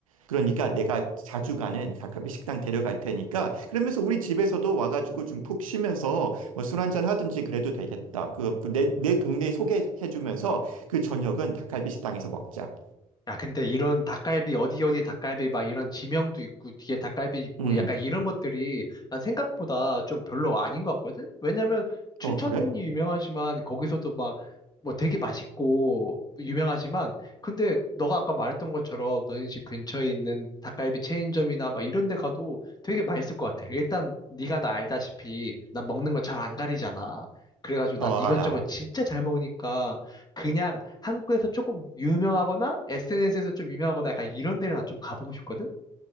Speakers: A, on the right; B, on the left.
A: 그러니까 내가 자주 가는 가카비 식당 데려갈 테니까, 그러면서 우리 집에서도 와가지고 좀 푹 쉬면서 뭐 술 한잔 하든지 그래도 되겠다. 그, 그 내, 내 동네 소개해주면서 그 저녁은 닭갈비 식당에서 먹자.
B: 야, 근데 이런 닭갈비, 어디 어디 닭갈비, 막 이런 지명도 있고, 뒤에 닭갈비 있고,
A: 음,
B: 약간 이런 것들이 난 생각보다 좀 별로 아닌 것 같거든? 왜냐면 춘천이
A: 어, 그래?
B: 유명하지만, 거기서도 막, 뭐 되게 맛있고, 유명하지만, 근데 너가 아까 말했던 것처럼 너네 집 근처에 있는 닭갈비 체인점이나 막 이런 데 가도 되게 맛있을 것 같아. 일단, 네가 나 알다시피, 난 먹는 거 잘 안 가리잖아. 그래가지고
A: 어,
B: 난 이것저것
A: 알아.
B: 진짜 잘 먹으니까, 그냥 한국에서 조금 유명하거나 SNS에서 좀 유명하거나 약간 이런 데를 나 좀 가보고 싶거든?